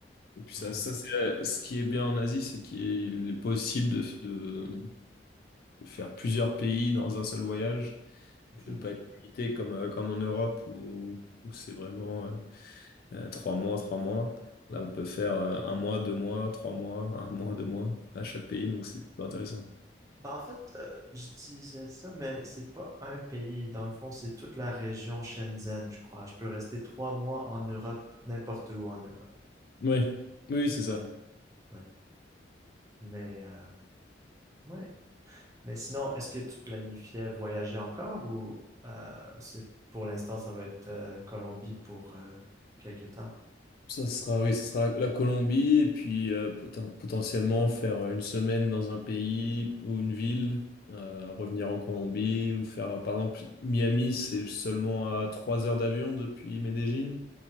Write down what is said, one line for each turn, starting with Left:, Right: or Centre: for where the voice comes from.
Left: Et puis ça,
Right: Ouais.
Left: ça c'est euh, ce qui est bien en Asie, c'est qu'il est possible de, de, de faire plusieurs pays dans un seul voyage
Right: Mhm.
Left: et de pas être limité comme, euh, comme en Europe où, où c'est vraiment euh, Euh, trois mois, trois mois. Là, on peut faire euh, un mois, deux mois, trois mois, un mois, deux mois à chaque pays, donc c'est plutôt intéressant.
Right: Ben, en fait, euh, je disais ça, mais c'est pas un pays. Dans le fond, c'est toute la région Shenzhen, je crois. Je peux rester trois mois en Europe, n'importe où en Europe.
Left: Oui, oui, c'est ça.
Right: Ouais, ouais. Mais, euh, ouais. Mais sinon, est-ce que tu planifiais voyager encore ou euh, c'est pour l'instant, ça va être euh, Colombie pour euh, quelques temps?
Left: Ça sera, oui, ça sera la, la Colombie et puis euh, poten- potentiellement faire euh, une semaine dans un pays ou une ville, euh, revenir en Colombie ou faire, euh, par exemple, Miami, c'est seulement à trois heures d'avion depuis Medellín,